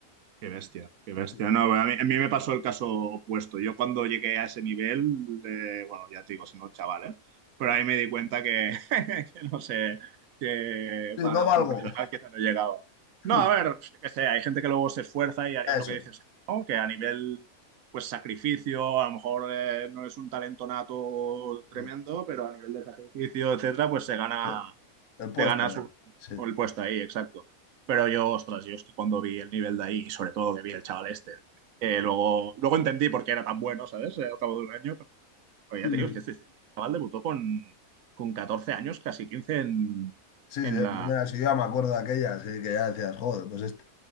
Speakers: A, on the right (about 70°); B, on the left (about 80°).
A: Qué bestia, qué bestia.
B: <laughs>
A: No, bueno, a mí, a mí me pasó el caso opuesto. Yo cuando llegué a ese nivel, eh, bueno, ya te digo, siendo chaval, ¿eh? Pero ahí me di cuenta que, <laughs> que no sé, que
B: Sí,
A: para
B: no valgo.
A: profesional quizá no llegaba. No,
B: <laughs>
A: a ver, yo qué sé, hay gente que luego se esfuerza y es
B: Eso.
A: lo que dices, ¿no? Que a nivel, pues, sacrificio, a lo mejor eh, no es un talento nato tremendo,
B: Sí,
A: pero a nivel de sacrificio, etcétera, pues se gana,
B: sí, el puesto.
A: te ganas un-
B: Sí.
A: el puesto ahí, exacto. Pero yo, ostras, yo es que cuando vi el nivel de ahí, y sobre todo que vi el chaval este, eh, luego, luego entendí por qué era tan bueno, ¿sabes? Eh, Al cabo de un año, pero, pero
B: Sí,
A: ya
B: sí,
A: te digo, es que este, este chaval debutó con, con 14 años, casi 15 en,
B: Sí,
A: en
B: sí, en
A: la...
B: primera ciudad me acuerdo de aquella, así que ya decías, joder, pues este.